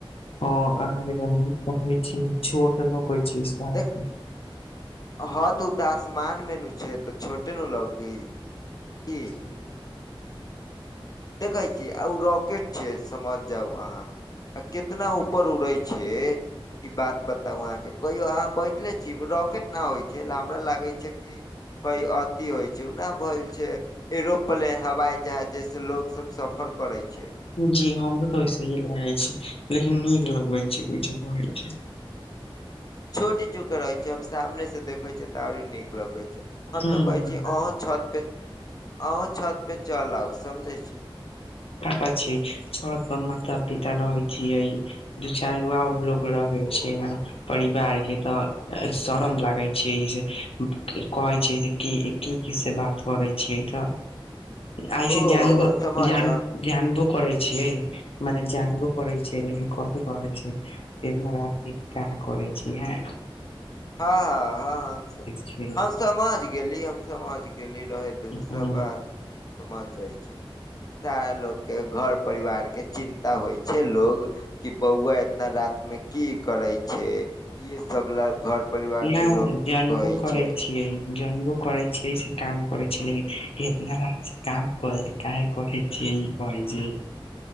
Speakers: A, on the left; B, on the left.
A: ह अहा जेना कनि। छैय छोट लोकैय छैय साफे।
B: देख ह तऽ उ तऽ आसमानमे न छैय तऽ छोटे न लौकी।
A: <inaudible>
B: की देखै छीयै आ ओ रॉकेट छैय समझ जाउ अहां। आ केतना ऊपर उड़ैय छैय। कि बात बताउ आहा के कहियो आहा बैठले छी रॉकेट न होई छैय हमरा लागे छैय कि। कई अथी होइ छैय ओना भइल छैय एरोप्लेन हवाई जहाज जैसे लोकैय। सब सफर करैय छैय।
A: जी हमरो तऽ वैसेय ही लागैय छी लेकिन नीक लगैय छैय कुछ कहैय छैय।
B: छोट चूक रहेय छैय हम सामने से देखे छियै त आओरो नीक। लगैय छैय हम
A: हम्म,
B: तऽ कहैय छी अहु छत पे। अहु छत पे चलब समझैय छी।
A: कतह छी छत पर माता- पिता रहैय छियै। दू चारि गो आरो लोक रहैय
B: ओ
A: छैय न। परिवार के तऽ शरम लागैय छैय जे कहैय छैय जे। की कि कि से बात करैय छीए त।
B: <inaudible>
A: आइ
B: हम
A: हि जानू
B: समाज
A: जान जानतो करैय छियै। मने जनबो करैय छैय
B: जी
A: लेकिन कथी कहै छैय। एम्हर आबिके का करैय छैय नै।
B: ह- ह -ह हम
A: छियै।
B: हम समझ गेली हम समझ गेली। गेली रहेय दु
A: हम्म,
B: ओ सब बात समझ जाइ छी। सारा लोक के घर परिवार के चिन्ता होइ छैय लोग। कि बौआ एतना रातमे कि करेय छैय इहे सब ल घर। परिवार
A: नौ
B: के लोग
A: जानबो
B: कहै
A: करैय
B: छै
A: छियै। जनबो करै छियै से काम करैय छिये लेकिन इतना रातके काम काहे करे। छैय इ पाइजे।